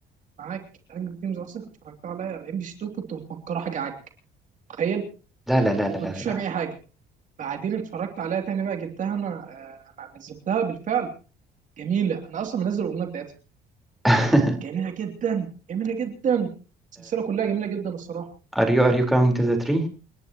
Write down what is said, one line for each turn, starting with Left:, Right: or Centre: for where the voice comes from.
Right: معاك هانجر جيمز اصلا كنت اتفرجت عليها على ام بي سي 2 كنت مفكره حاجه عك تخيل
Centre: لا لا لا لا
Right: كنتش
Centre: لا لا
Right: فاهم اي حاجه بعدين اتفرجت عليها تاني بقى جبتها انا آه، انا نزلتها بالفعل جميله انا اصلا منزل الاغنيه بتاعتها
Centre: <laughs>
Right: جميله جدا جميله جدا السلسله كلها جميله جدا الصراحه
Centre: ار يو ار يو كاونت ذا تري